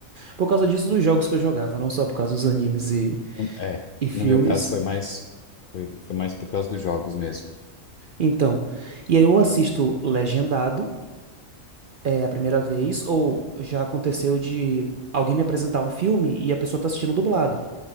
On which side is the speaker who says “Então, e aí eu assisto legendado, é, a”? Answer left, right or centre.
Right